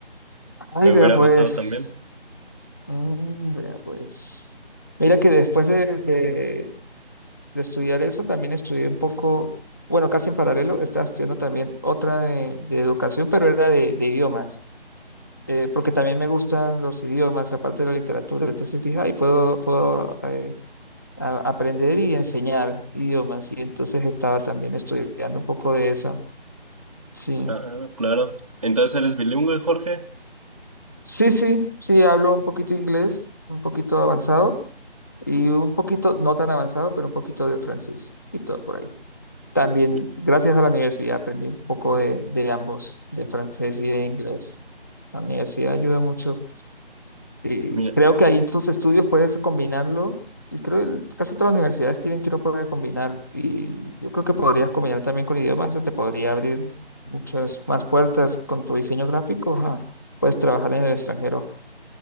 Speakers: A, on the right; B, on the left.
A: Me
B: ay, vea,
A: hubiera
B: pues.
A: gustado también.
B: Mm, vea, pues. Mira que después de, de- de estudiar eso, también estudié un poco, bueno, casi en paralelo, estaba estudiando también otra de, de educación, pero era de, de idiomas, eh, porque también me gustan los idiomas, aparte de la literatura. Entonces dije, ay, puedo, puedo eh, a- aprender y enseñar idiomas. Y entonces estaba también estudiando un poco de eso. Sí,
A: Ah, claro. Entonces eres bilingüe, Jorge.
B: sí, sí, sí, hablo un poquito inglés, un poquito avanzado. y un poquito, no tan avanzado, pero un poquito de francés, y todo por ahí. También,
A: Mi-
B: gracias a la universidad, aprendí un poco de, de ambos, de francés y de inglés. La universidad ayuda mucho. Y
A: Mira,
B: creo que ahí en tus estudios puedes combinarlo. Y creo que casi todas las universidades tienen que uno poder combinar. Y yo creo que podrías combinar también con idiomas. Eso te podría abrir muchas más puertas con tu diseño gráfico. ajá. Puedes trabajar en el extranjero.